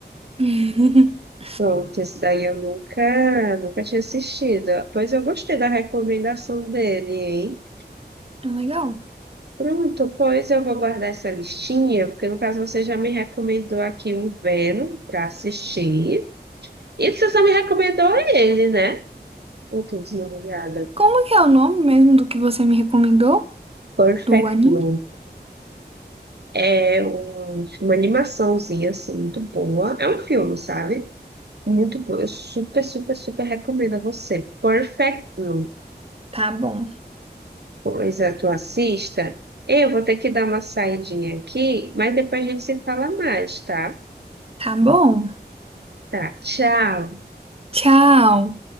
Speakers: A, on the right (about 35°); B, on the right (about 70°).
A: <laughs>
B: Pronto, esse daí eu nunca, nunca tinha assistido. Pois eu gostei da recomendação dele, hein?
A: É legal.
B: Pronto, pois eu vou guardar essa listinha, porque no caso você já me recomendou aqui o Venom para assistir. E você só me recomendou ele, né? Eu tô desligada.
A: Como que é o nome mesmo do que você me recomendou?
B: Perfect
A: Do anime?
B: Blue. É um- uma animaçãozinha, assim, muito boa. É um filme, sabe? Muito bom. Eu super, super, super recomendo a você. Perfect Blue.
A: Tá bom.
B: pois Coisa tu assista. Eu vou ter que dar uma saidinha aqui, mas depois a gente se fala mais, tá?
A: Tá bom.
B: Tá, tchau.
A: Tchau.